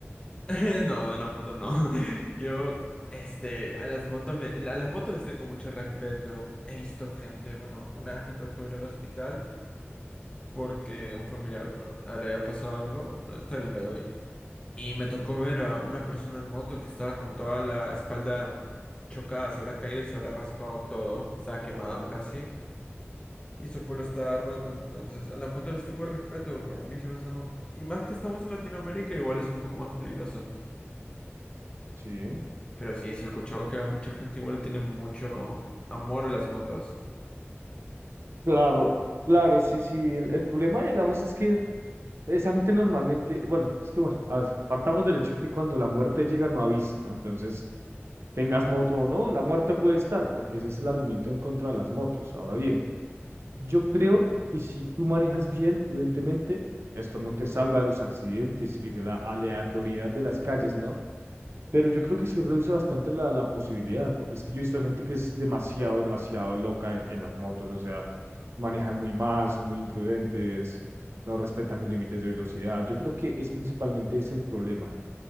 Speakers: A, on the left; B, on the right.
A: <laughs> No, de una moto no. <laughs> Yo, este, a las motos me- a las motos les tengo mucho respeto. He visto gente, bueno, una vez me tocó ir al hospital porque un familiar, bueno, le había pasado algo. No, está bien, vaya, Y me tocó ver a una persona en moto que estaba con toda la espalda chocada, se habrá caído y se habrá raspado todo, estaba quemado
B: No,
A: casi. Y su polo estaba roto, entonces a las motos les tengo respeto, para mí sí me son un... Y más que estamos en Latinoamérica, igual es un poco más peligroso.
B: sí.
A: Pero sí, sí he escuchado que a mucha gente igual le tiene mucho amor a las motos.
B: Claro, claro, sí, sí. El, el problema, digamos, es que esa gente normalmente, bueno, es que bueno, a ver, partamos del hecho de que cuando la muerte llega no avisa, ¿no? Entonces, tengas moto o no, la muerte puede estar, porque ese es el argumento en contra de las motos. Ahora bien. Yo creo que si tú manejas bien, prudentemente, esto no te salva de los accidentes y de la aleatoriedad de las calles, ¿no? Pero yo creo que sí reduce bastante la, la posibilidad, porque es que yo he visto gente que es demasiado, demasiado loca en, en las motos, o sea, manejan muy mal, son muy imprudentes, no respetan los límites de velocidad. Yo creo que es principalmente ese el problema.